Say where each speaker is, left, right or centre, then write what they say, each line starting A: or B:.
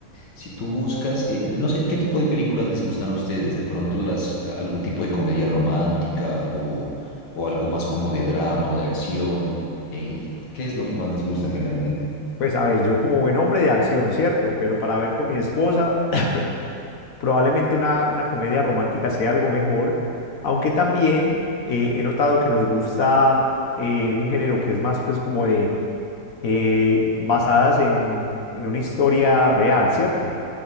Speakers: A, on the left; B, on the left.
A: Si tú buscas, eh, no sé, ¿qué tipo de películas les gustan a ustedes? ¿De pronto las, algún tipo de comedia romántica o, o algo más como de drama o de acción? Eh, eh, ¿qué es lo que más les gusta generalmente?
B: Pues a ver, yo como buen hombre de acción, ¿cierto? Pero para ver con mi esposa. <coughs> Probablemente una, una comedia romántica sea algo mejor, aunque también eh, he notado que nos gusta eh, un género que es más pues como de eh, basadas en, en una historia real, ¿cierto?